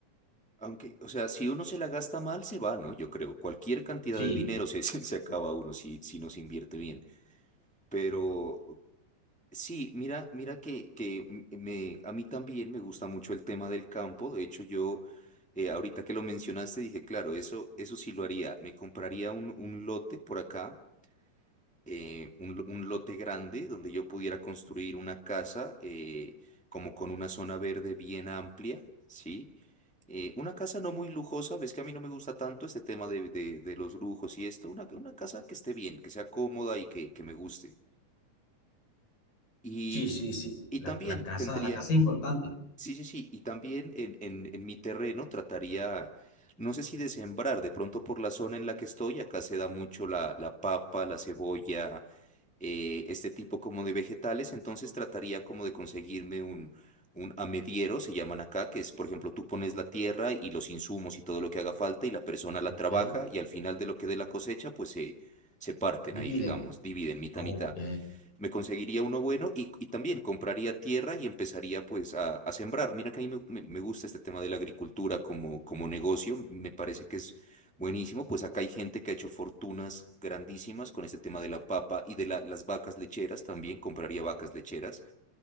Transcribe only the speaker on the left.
Sí,
sí, sí, sí.
La,
la casa,
la casa es importante.
Ok,
dividen.
Ok,